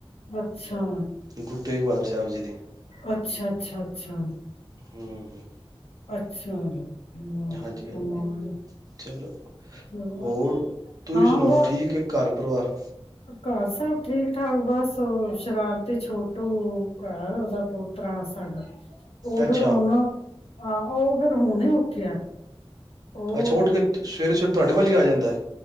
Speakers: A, on the left; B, on the right.
A: ਅੱਛਾ
B: ਗੁਰੂ ਤੇਗ ਬਹਾਦਰ <unintelligible>
A: ਅੱਛਾ, ਅੱਛਾ। ਅੱਛਾ।
B: ਹੂੰ,
A: ਅੱਛਾ ਹਮ
B: ਹਾਂਜੀ ਹਾਂਜੀ,
A: ਕਮਾਲ
B: ਚਲੋ
A: ਚਲੋ
B: ਹੋਰ ਤੁਸੀਂ
A: ਹਾਂ
B: ਸੁਣਾਓ
A: ਬ
B: ਠੀਕ ਹੈ, ਘਰ ਪਰਿਵਾਰ
A: ਘਰ ਸਭ ਠੀਕ ਠਾਕ, ਬਸ ਹੋਰ ਸ਼ਰਾਰਤੀ ਛੋਟੂ ਭਰਾ ਹੈ,, ਉਹਦਾ ਪੋਤਰਾ ਸਾਡਾ ਔ
B: ਅੱਛਾ
A: ਫੇਰ ਹੁਣ ਔ ਨਾ ਹਾ, ਉਹ ਫੇਰ ਹੁਣੇ ਉੱਠਿਆ। ਉਹ
B: ਅੱਛਾ ਉਠ ਕੇ ਸਵੇਰੇ ਸਵੇਰੇ ਤੁਹਾਡੇ ਵੱਲ ਹੀ ਆ ਜਾਂਦਾ।